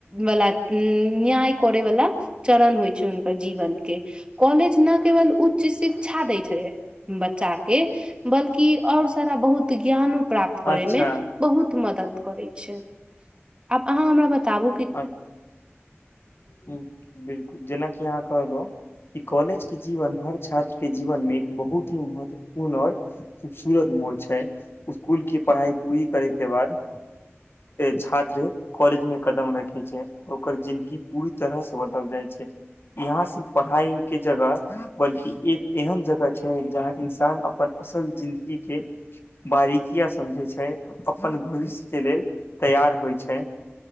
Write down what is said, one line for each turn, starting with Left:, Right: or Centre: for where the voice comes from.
Right: वला न्याय करे वला चरण होई छै, हुनकर जीवन के कॉलेज ने केवल उच्च शिक्षा दै छलै बच्चाके बल्कि आओर सारा बहुत ज्ञानो प्राप्त करयमे
Left: अच्छा
Right: बहुत मदद करै छै। आब अहाँ हमरा बताबु
Left: अ बिलकुल जेनाकि अहाँ कहलौ ई कॉलेज के जीवन हर छात्र के जीवन मे एक बहुत ही महत्वपूर्ण आओर खूबसूरत मोड़ छै स्कुल के पढ़ाइ पूरी करै के बाद छात्र कॉलेज मे कदम रखे छै ओकर जिंन्दगी पूरी तरहसँ बदल जाइ छै। यहाँ से पढ़ाई के जगह बल्कि एक एहन जगह छै जहाँ इन्सान अपन असल जिन्दगी के बारीकिया समझै छै अपन भविष्य के लेल तैयार होइ छै,